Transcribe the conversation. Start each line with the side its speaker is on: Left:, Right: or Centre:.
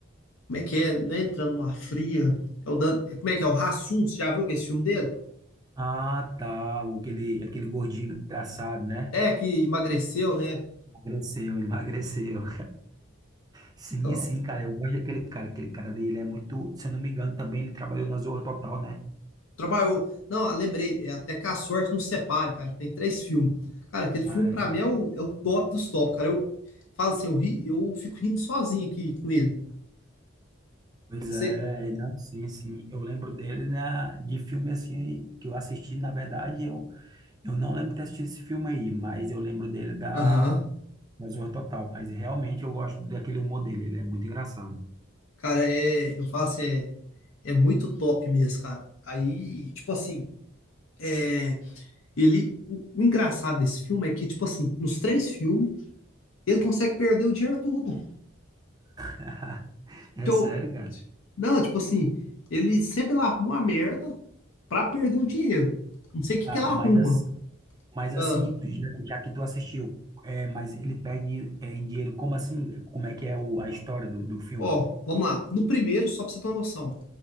Left: como é que é, né, entrando numa fria. É o Dan- é, como é que é, o Rassum, você já viu que é esse filme dele?
Right: Ah, tá. o- Aquele, aquele gordinho engraçado, né?
Left: É, que emagreceu, né?
Right: Emagreceu, ele <laughs> emagreceu. Sim,
Left: Então,
Right: sim, cara. Eu gosto daquele cara. Aquele cara ali, ele é muito. Se eu não me engano, também ele trabalhou na Zorra Total, né?
Left: Trabalhou. Não, ah, lembrei, é até que a sorte nos separe, cara. Tem três filmes. Cara, aquele
Right: Ah,
Left: filme pra
Right: é.
Left: mim é o, é o top dos top, cara. Eu falo assim, eu, ri, eu fico rindo sozinho aqui com ele.
Right: Pois
Left: Você.
Right: é, não, sim, sim. Eu lembro dele na, de filme assim que eu assisti, na verdade, eu, eu não lembro de ter assistido esse filme aí, mas eu lembro dele da,
Left: Aham.
Right: da Zorra Total. Mas realmente eu gosto daquele humor dele, ele é muito engraçado.
Left: Cara, é, eu falo assim, é, é muito top mesmo, cara. Aí, tipo assim, é, ele. O, o engraçado desse filme é que, tipo assim, nos três filmes, ele consegue perder o dinheiro todo.
Right: <laughs> É
Left: Que eu,
Right: sério, cara?
Left: não, tipo assim, ele sempre lá arruma uma merda pra perder o dinheiro. Não sei o que
Right: Ah,
Left: que ele
Right: mas,
Left: arruma.
Right: as- mas assim,
Left: Ah,
Right: tu- já, já que tu assistiu, é, mas ele perde é, em dinheiro, como assim? Como é que é o, a história do, do filme?
Left: ó, vamos lá. No primeiro, só pra você ter uma noção,